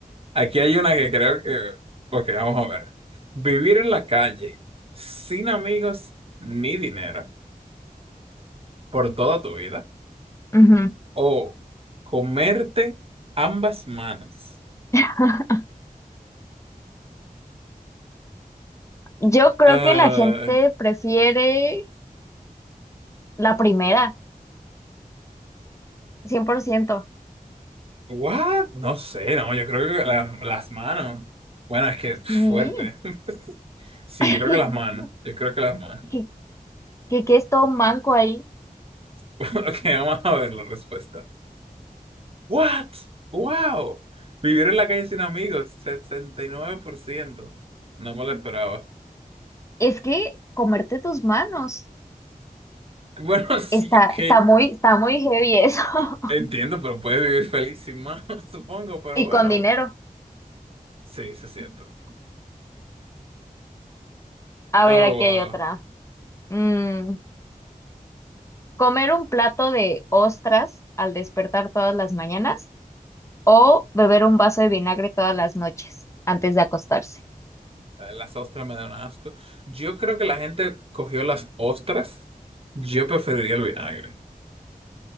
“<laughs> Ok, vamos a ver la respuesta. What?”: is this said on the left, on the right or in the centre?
Right